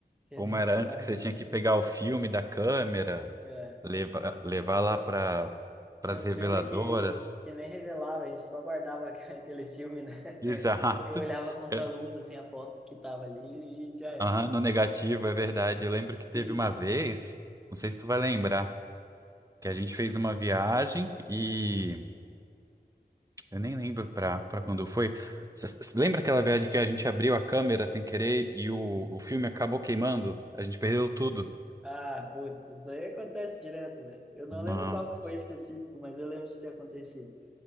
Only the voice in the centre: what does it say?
que
nem
antigamente,
é.
Tinha
uns
filmes que, que nem revelava, a gente só guardava <laughs> aquele filme, né?
E olhava contra
a luz, assim, a foto que tava ali e já era.
Isso.
Ah, putz, isso aí acontece direto, né? Eu não
lembro qual que foi específico, mas eu lembro de ter acontecido.